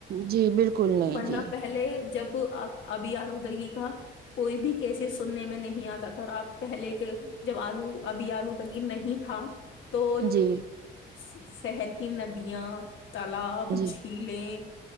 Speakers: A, on the right; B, on the left.
A: جی بالکل نہیں
B: ورنہ
A: جی
B: پہلے جب ابھی آلودگی کا کوئی بھی کیسز سننے میں نہیں آتا تھا اور آپ پہلے کے جب آلو ابھی آلو نہیں تھا تو
A: جی
B: شہر کی ندیاں تالاب
A: جی
B: جھیلیں